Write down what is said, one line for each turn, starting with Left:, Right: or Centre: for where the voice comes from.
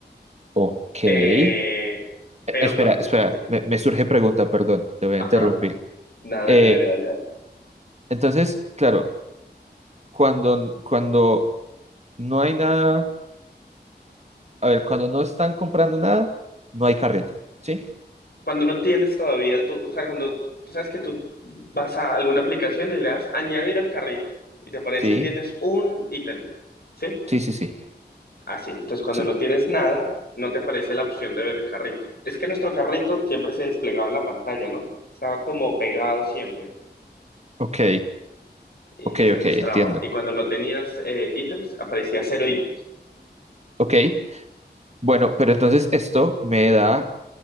Right: Ok.
Left: Eh,
Right: Eh, espera,
Left: pero cuando
Right: espera,
Left: ya te-
Right: me, me surge pregunta, perdón, te voy a
Left: ajá,
Right: interrumpir.
Left: nada, dale,
Right: Eh,
Left: dale, dale, dale.
Right: entonces, claro, cuando, cuando no hay nada, a ver, cuando no están comprando nada, no hay carrito, ¿sí?
Left: Cuando no tienes todavía tú, o sea, cuando tú sabes que tú vas a alguna aplicación y le das añadir al carrito y te aparece
Right: Sí,
Left: tienes un ítem, ¿sí?
Right: sí, sí, sí,
Left: Así. Entonces, cuando
Right: sí.
Left: no tienes nada, no te aparece la opción de ver el carrito. Es que nuestro carrito siempre se desplegaba en la pantalla, ¿no? Estaba como pegado siempre.
Right: Ok,
Left: y,
Right: ok,
Left: y se
Right: ok,
Left: mostraba.
Right: entiendo.
Left: Y cuando no tenías eh, ítems, aparecía cero ítems.
Right: Ok, Bueno, pero entonces esto me da,